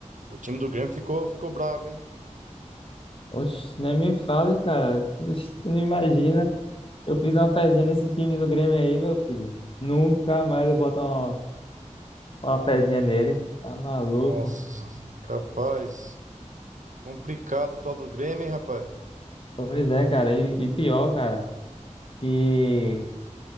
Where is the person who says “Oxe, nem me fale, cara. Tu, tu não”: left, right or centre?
Left